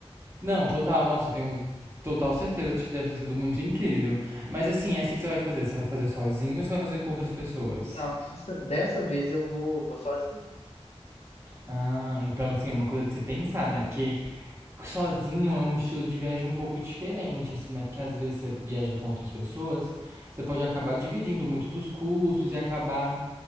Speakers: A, on the right (about 25°); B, on the left (about 75°).
A: Não, total, nossa, eu tenho total certeza de que deve ter sido muito incrível. Mas assim, essa que você vai fazer, você vai fazer sozinho ou você vai fazer com outras pessoas?
B: Não, essa- dessa vez eu vou, vou sozinho.
A: Ah, então assim, é uma coisa de se pensar, né? Porque sozinho é um estilo de viagem um pouco diferente, assim, né? Porque às vezes você viaja com outras pessoas, você pode acabar dividindo muito dos custos e acabar